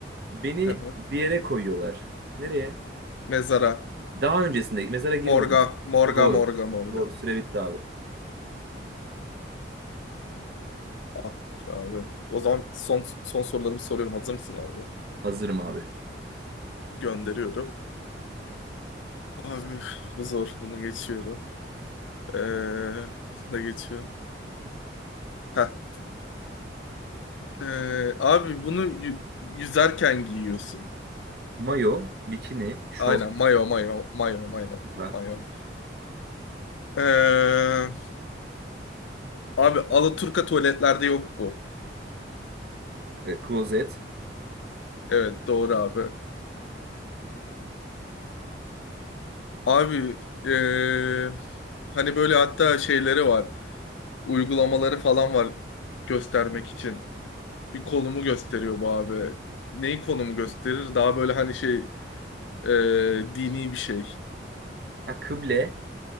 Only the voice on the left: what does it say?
Hı hı.
Mezara.
Morga, morga,
morga, morga.
Ah, Abi. O zaman son son sorularımı soruyorum. Hazır mısın abi?
Gönderiyorum. Abi bu zor. Bunu geçiyorum. Ee, bunu da geçiyorum. Heh. Ee, abi bunu yü- yüzerken giyiyorsun.
Aynen. Mayo, mayo, mayo, mayo,
mayo. Ee, Abi Alaturka tuvaletlerde yok bu.
Evet doğru abi. Abi eee, hani böyle hatta şeyleri var. Uygulamaları falan var göstermek için. Bir konumu gösteriyor bu abi. Neyi konumu gösterir? Daha böyle hani şey eee, dini bir şey.